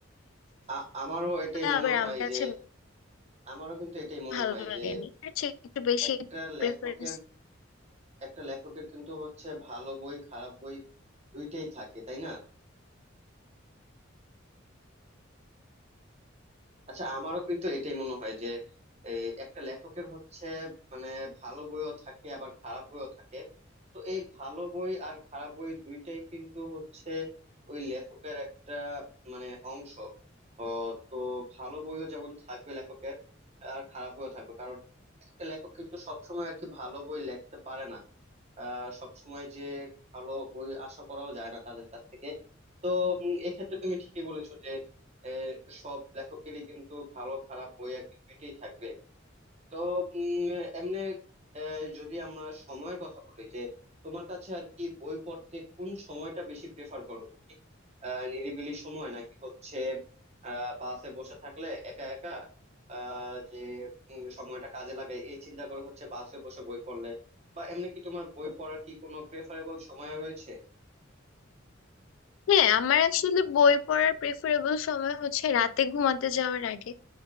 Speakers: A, on the right; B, on the left.
A: আ- আমারও এটাই মনে
B: আবার
A: হয়
B: আমার কাছে
A: যে আমারও কিন্তু এটাই মনে
B: ভালো
A: হয়
B: লাগেনি
A: যে
B: এর চেয়ে একটু বেশি
A: একটা
B: প্রেফারেন্স
A: লেখকের একটা লেখকের কিন্তু হচ্ছে ভালো বই খারাপ বই দুইটাই থাকে তাই না আচ্ছা আমারও কিন্তু এটাই মনে হয় যে এই একটা লেখকের হচ্ছে মানে ভালো বইও থাকে আবার খারাপ বইও থাকে তো এই ভালো বই আর খারাপ বই দুইটাই কিন্তু হচ্ছে ওই লেখকের একটা মানে অংশ ও, তো ভালো বইও যেমন থাকবে লেখকের আর খারাপ বইও থাকবে কারণ একটা লেখক কিন্তু সবসময় আর কি ভালো বই লিখতে পারে না আহ সবসময় যে ভালো বই আশা করাও যায় না তাদের কাছ থেকে তো উম, এক্ষেত্রে তুমি ঠিকই বলেছো আহ, সব লেখকেরই কিন্তু ভালো খারাপ বই আর কি দুইটাই থাকবে তো উম, এমনি আহ, যদি আমরা সময়ের কথা বলি যে তোমার কাছে আর কি বই পড়তে কোন সময়টা বেশি প্রেফার করো তুমি আহ, নিরিবিলি সময় নাকি হচ্ছে আহ, বাসে বসে থাকলে একা একা আহ, যে উম, সময়টা কাজে লাগাই এই চিন্তা করে হচ্ছে বাসে বসে বই পড়লে বা এমনি কি তোমার বই পড়ার কি কোনো প্রেফারেবল সময় রয়েছে
B: হ্যাঁ আমার আসলে বই পড়ার প্রেফারেবল সময় হচ্ছে রাতে ঘুমাতে যাওয়ার আগে